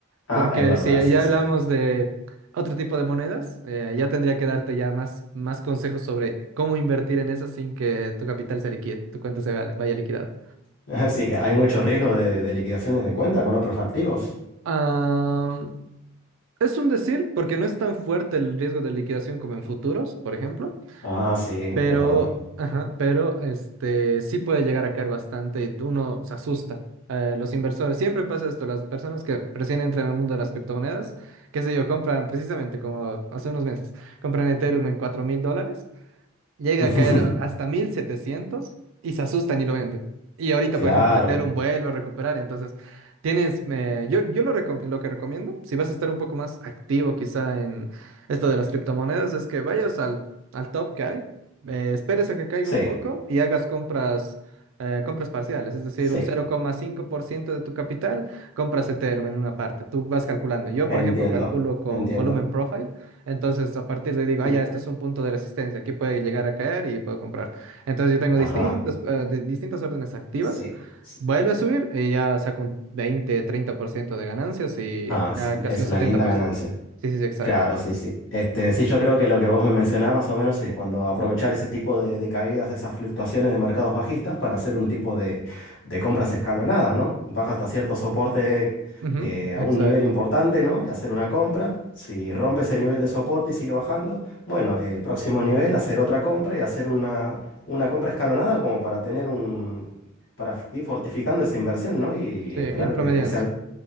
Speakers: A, on the left; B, on the right.
A: ah,
B: Porque
A: es verdad,
B: si
A: sí,
B: ya
A: sí.
B: hablamos de otro tipo de monedas, eh, ya tendría que darte ya más, más consejos sobre cómo invertir en eso sin que tu capital se liquide, tu cuenta se vaya, vaya liquidada.
A: <laughs> Sí, hay mucho riesgo de, de liquidaciones de cuenta con otros activos.
B: Ah, es un decir, porque no es tan fuerte el riesgo de liquidación como en futuros, por ejemplo.
A: Ah, sí, es
B: Pero,
A: verdad.
B: ajá, pero este sí puede llegar a caer bastante y uno se asusta. Eh, los inversores, siempre pasa esto, las personas que recién entran al mundo de las criptomonedas, qué sé yo, compran precisamente como hace unos meses, compran Ethereum en cuatro mil dólares llega
A: <laughs>
B: a caer hasta 1700 y se asustan y lo venden. Y ahorita,
A: Claro,
B: por ejemplo, Ethereum vuelve a recuperar, entonces tienes, eh, yo, yo lo, recom- lo que recomiendo, si vas a estar un poco más activo quizá en esto de las criptomonedas, es que vayas al, al top que hay, eh, esperes a que caiga
A: sí,
B: un poco y hagas compras. eh, compras parciales, es decir,
A: sí,
B: un cero coma cinco por ciento de tu capital, compras Ethereum en una parte, tú vas calculando. Yo,
A: entiendo,
B: por ejemplo, calculo con
A: entiendo.
B: Volumen Profile, entonces, a partir de ahí digo,
A: Mm,
B: ah, ya, este es un punto de resistencia, aquí puede llegar a caer y puedo comprar. Entonces, yo tengo
A: Ajá,
B: distintos, eh, de- distintas órdenes activas,
A: sí, sí.
B: vuelve a subir y ya saco un veinte, treinta por ciento de ganancias y
A: Ah, es,
B: ya casi
A: es
B: un
A: una
B: 70%.
A: linda ganancia.
B: Sí, sí, sí, exacto.
A: Claro, sí, sí. Este, sí, yo creo que lo que vos me mencionabas más o menos es cuando aprovechar ese tipo de, de caídas, esas fluctuaciones de mercados bajistas para hacer un tipo de, de compras escalonadas, ¿no? Baja hasta cierto soporte
B: Ujú,
A: eh, a
B: exacto.
A: un nivel importante, ¿no? Y hacer una compra. Si rompe ese nivel de soporte y sigue bajando, bueno, eh, próximo nivel, hacer otra compra y hacer una, una compra escalonada como para tener un... para ir fortificando esa inversión, ¿no? Y
B: Sí,
A: esperar
B: ir promediando.
A: que, que sea el